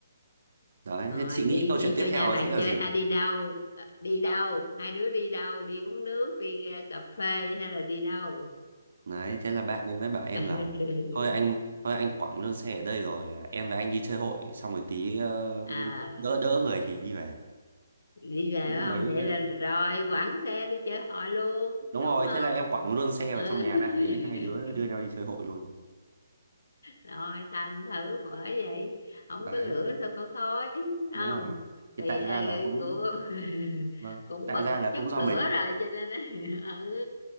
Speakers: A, on the right; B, on the left.
A: Đấy,
B: rồi
A: thế chị nghĩ
B: đi
A: câu
B: đi
A: chuyện tiếp
B: vô nhà
A: theo
B: bạn
A: sẽ là
B: chơi
A: gì?
B: hay đi đâu Ờ, đi đâu hai đứa đi đâu đi uống nước đi ra cà phê hay là đi đâu
A: Đấy, thế là bạn ấy mới bảo em
B: <laughs>
A: là thôi anh thôi anh quẳng luôn xe ở đây rồi à, em và anh đi chơi hội xong rồi tí ờ,
B: à
A: đỡ đỡ người thì đi về.
B: đi về phải
A: Lúc
B: không
A: đấy
B: vậy
A: em
B: là rồi quẳng xe đi chơi hội luôn
A: đúng
B: đúng
A: rồi,
B: không
A: thế là em quẳng luôn xe
B: ừ.
A: vào trong nhà bạn ấy hai đứa
B: <laughs>
A: đưa nhau đi chơi hội luôn.
B: rồi thành thử bởi vậy không
A: Đấy,
B: có lửa sao có khói
A: đúng
B: không
A: rồi. Thì
B: thì
A: tại
B: ờ,
A: ra là cũng
B: cô <laughs>
A: vâng,
B: cũng
A: tại
B: bật
A: ra là cũng
B: chút
A: do
B: lửa
A: mình.
B: rồi cho nên á, <laughs> ừ